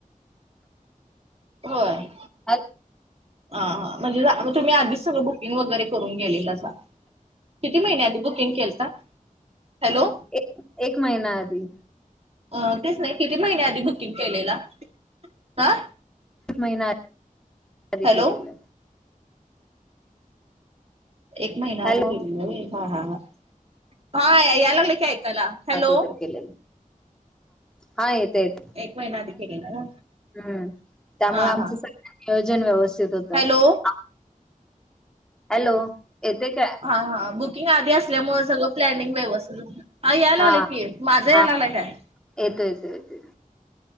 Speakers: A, on the right; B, in the centre.
A: हो आहे
B: ह
A: ह हा म्हणजेग तुम्ही आधीच सगळं बुकिंग वगैरे करून गेलेल तसा किती महिन्यांनी बुकिंग केल हॅलो
B: एक एक महिना आधी
A: अ तेच नाही किती महिन्या आधी बुकिंग केलेला हा
B: महिनाध
A: हॅलो
B: केलेला
A: एक महिना
B: हॅलो
A: आधी केलेला ह हा याय लागले की ऐकायला हॅलो
B: अगोदर केलेलं हा येत येत
A: एक महिना आधी केलेला ना
B: हम् त्यामुळे
A: हा
B: आमच
A: हा
B: स वयोजन व्यवस्थित होतं
A: हॅलो
B: आ- हॅलो येते काय
A: हा हा बुकिंग आधी असल्यामुळे सगळं प्लॅनिंग व्यवस्थित झा अ याय लागलेय
B: हा
A: की माझा याय
B: हा
A: लागलाय काय
B: येतो येतो येतो